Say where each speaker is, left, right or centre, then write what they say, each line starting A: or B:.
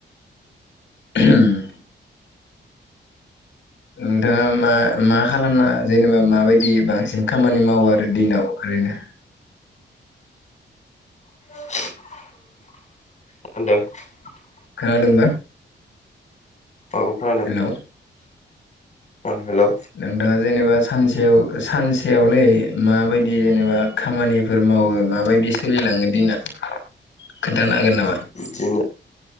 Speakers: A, on the left (about 70°); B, on the left (about 35°).
A: <inaudible> नोंथाङा मा मा खालामा जेनेबा माबायदि बांसिन खामानि मावो आरो दिनाव ओरैनो
B: मा होन्दों?
A: खोनादोंबा।
B: औ खोनादों।
A: हेलौ
B: हेलौ
A: नों दा जेनेबा सानसेयाव सानसेयावलै माबायदि जेनेबा खामानिफोर मावो माबायदि सोलि लाङो दिना खोन्थानो हागोन नामा?
B: दिना